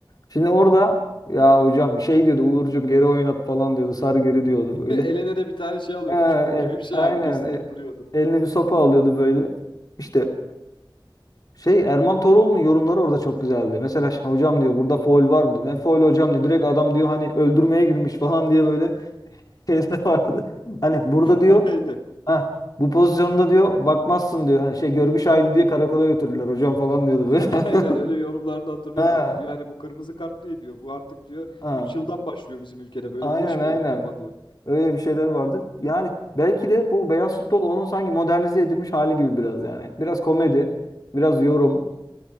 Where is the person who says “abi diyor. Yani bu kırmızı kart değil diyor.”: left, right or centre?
Left